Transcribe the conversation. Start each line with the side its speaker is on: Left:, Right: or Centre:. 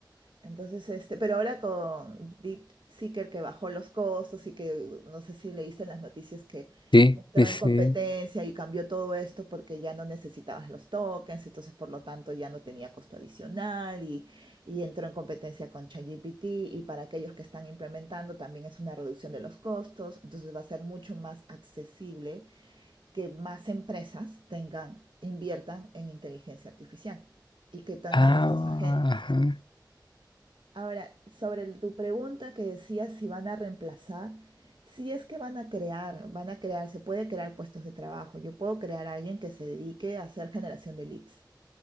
Right: Entonces, este, pero ahora con DeepSeeker que bajó los costos y que uh, no sé si leíste en las noticias que
Left: Sí,
Right: entró
Left: sí, sí.
Right: en competencia y cambió todo esto porque ya no necesitabas los tokens, entonces por lo tanto ya no tenía costo adicional y, y entró en competencia con ChatGPT y para aquellos que están implementando también es una reducción de los costos, entonces va a ser mucho más accesible que más empresas tengan, inviertan en inteligencia artificial y que tengan
Left: Ah,
Right: estos agentes.
Left: ajá.
Right: Ahora, sobre el- tu pregunta que decías si van a reemplazar, si es que van a crear, van a crear, se puede crear puestos de trabajo. Yo puedo crear a alguien que se dedique a hacer generación de leads,